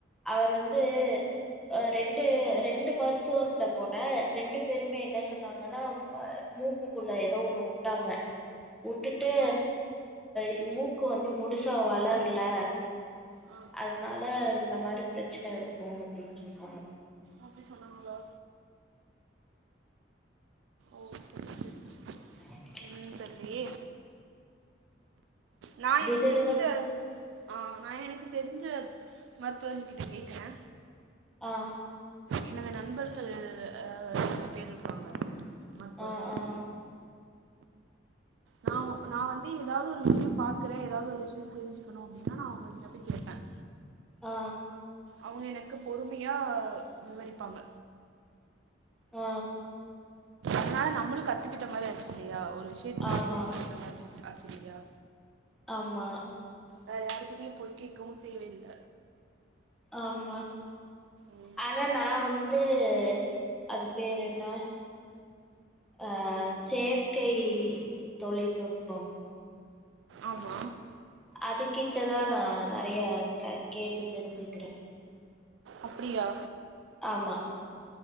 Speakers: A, in the centre; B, on the right.
A: அவர் வந்து அ ரெண்டு ரெண்டு மருத்துவர்கிட்ட போன ரெண்டு பேருமே என்ன சொன்னாங்கன்னா மூக்குக்குள்ள ஏதோ ஒண்ணு வுட்டாங்க வுட்டுட்டு
B: ஆ
A: இ மூக்கு வந்து முழுசா வளரல
B: ஆ
A: அதனால இந்த மாரி பிரச்சன இருக்கும் அப்படின்னு சொன்னாங்க
B: அப்படி சொன்னாங்களா ஓகே சரி
A: <inaudible>
B: என்னன்னு தெர்லயே நா எனக்கு
A: விதவிதம்
B: தெரிஞ்ச ஆ நா எனக்கு தெரிஞ்ச மருத்துவர்கள் கிட்ட கேக்குறே
A: ஆ
B: எனது நண்பர்கள் <unintelligible> பேர் இருக்காங்க மருத்துவர்களா
A: ஆ ஆ
B: நா நா வந்து எதாவது ஒரு விஷயம் பாக்குறேன் எதாவது ஒரு விஷயம் தெறிஞ்சுக்கணு அப்படின்னா நா உங்ககிட்ட வந்து கேட்பேன்
A: ஆ
B: அவங்க எனக்கு பொறுமையா விவரிப்பாங்க
A: ஆ
B: இதனால நம்மளும் கத்துக்கிட்ட மாரி ஆச்சு இல்லையா <inaudible>
A: ஆமா
B: அப்டியா
A: ஆமா
B: வேற யாருகிட்டயும் போய் கேட்கவும் தேவையில்ல
A: ஆமா
B: ம்
A: ஆனா நா வந்து து அது பேர் என்ன ஆ
B: இது
A: செயற்கை தொழில்நுட்பம்
B: ஆமா
A: அது கிட்டதா நா நெறைய க கேட்டு தெரிஞ்சுக்கிறே
B: அப்டியா
A: ஆமா